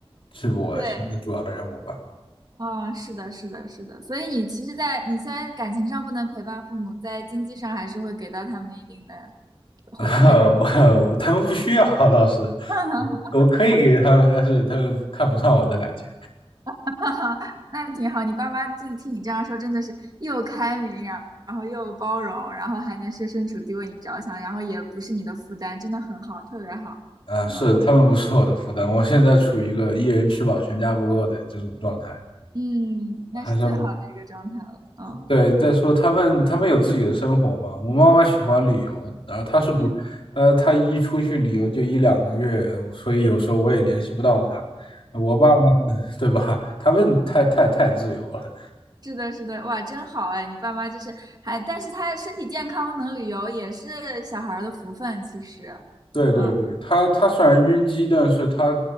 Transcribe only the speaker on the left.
是我现在主要的任务吧。
<laughs>
我我他们不需要，老师，
我我可以给他们，但是他们看不上我这俩钱。
啊、是他们不是我的负担，
我现在处于一个一人吃饱全家不饿的这种状态，
还是
对，再说他们他们有自己的生活嘛。我妈妈喜欢旅游，然后她是不，
呃，她一出去旅游就一两个月，所以有时候我也联系不到她。我爸呢，对吧？他们太太太自由了。
对对对，
他他虽然晕机，但是他